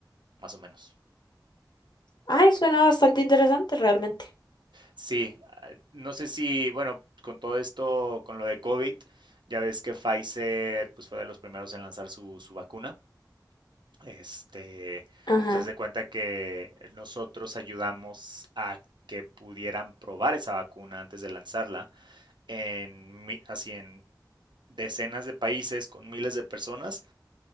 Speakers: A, on the right (about 85°); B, on the left (about 75°).
A: más o menos.
B: Ay, suena bastante interesante realmente.
A: Sí, ah, no sé si, bueno, con todo esto, con lo de COVID, ya ves que Pfizer pues fue de los primeros en lanzar su, su vacuna. Este,
B: Ajá.
A: pues haz de cuenta que nosotros ayudamos a que pudieran probar esa vacuna antes de lanzarla en mi- así en decenas de países con miles de personas